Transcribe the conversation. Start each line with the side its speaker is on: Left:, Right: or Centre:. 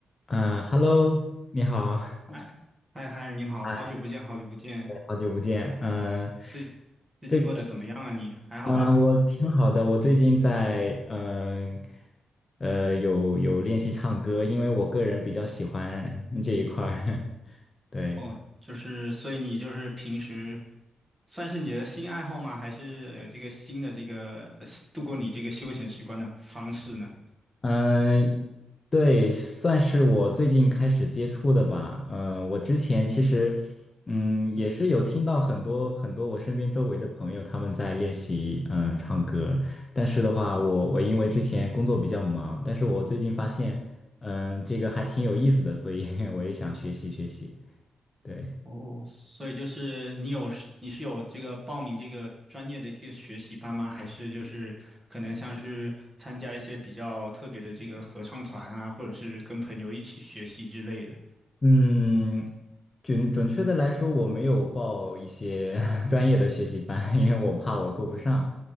Left: 嗯，Hello，你好，
Right: 嗨嗨嗨，你好，
Left: 嗨，
Right: 好久不见，好久不见，
Left: 对好久不见。嗯，
Right: 最最近过得怎么样啊你？
Left: 最近
Right: 还好吧？
Left: 嗯，我挺好的。我最近在嗯呃，有有练习唱歌，因为我个人比较喜欢这一块儿。<laughs> 对，
Right: 哦，就是，所以你就是平时算是你的新爱好吗？还是呃这个新的这个呃度过你这个休闲时光的方式呢？
Left: 嗯，对，算是我最近开始接触的吧。嗯，我之前其实，嗯，也是有听到很多很多我身边周围的朋友他们在练习，嗯，唱歌。但是的话，我我因为之前工作比较忙，但是我最近发现，嗯，这个还挺有意思的，所以 <laughs> 我也想学习学习。对。
Right: 哦，所以就是你有你是有这个报名这个专业的这个学习班吗？还是就是可能像是参加一些比较特别的这个合唱团啊，或者是跟朋友一起学习之类的？
Left: 嗯，准准确的来说，我没有报一些 <laughs> 专业的学习班，因为我怕我够不上。